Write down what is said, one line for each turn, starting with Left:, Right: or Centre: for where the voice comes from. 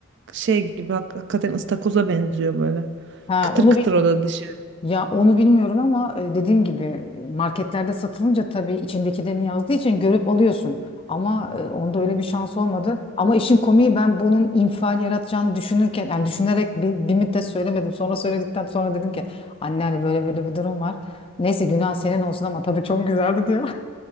Right: şey gibi hak- hakikaten ıstakoza benziyor böyle.
Left: Ha
Right: Kıtır
Left: onu
Right: kıtır
Left: bilmiyorum.
Right: o da dışı.
Left: Ya onu bilmiyorum ama e, dediğim gibi marketlerde satılınca tabii içindekilerini yazdığı için görüp alıyorsun. Ama e, onda öyle bir şans olmadı. Ama işin komiği ben bunun infial yaratacağını düşünürken, yani düşünerek bir, bir müddet söylemedim. Sonra söyledikten sonra dedim ki anne hani böyle böyle bir durum var. Neyse günah senin olsun ama tabii çok güzeldi diyor. <laughs>